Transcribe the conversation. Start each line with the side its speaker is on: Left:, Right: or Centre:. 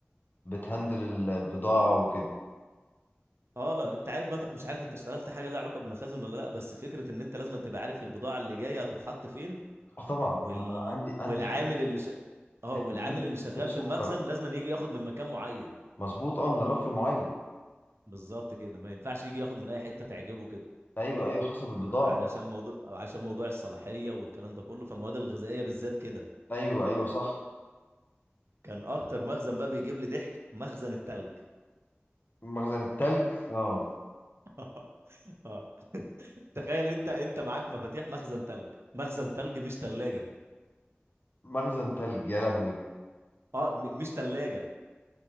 Left: بتهندل ال- البضاعه وكده
Right: اه انت عارف بقى مش عارف انت اشتغلت حاجه لها علاقه بالمخازن ولا لا بس فكره ان انت لازم تبقى عارف البضاعه اللي جايه هتتحط فين
Left: اه طبعا
Right: وال...
Left: ما عندي عندي
Right: والعامل
Left: شيء
Right: اللي ش... اه
Left: احنا
Right: والعامل
Left: بن-
Right: اللي
Left: بننتج
Right: شغال
Left: سكر
Right: في المخزن لازم أن يجي ياخد من مكان معين
Left: مظبوط اه من الرف المعين
Right: بالظبط كده ما ينفعش يجي ياخد من اي حته تعجبه كده
Left: ايوه ايوه حسب البضاعة
Right: علشان موضوع عشان موضوع الصلاحيه والكلام ده كله فالمواد الغذائيه بالذات كده
Left: ايوه ايوه صح
Right: كان اكتر مخزن بقى بيجيب لي ضحك مخزن التلج
Left: مخزن التلج اه
Right: <laughs> اه تخيل انت انت معاك مفاتيح مخزن تلج مخزن تلج مش تلاجة
Left: مخزن تلج يا لهوي
Right: اه م- مش تلاجة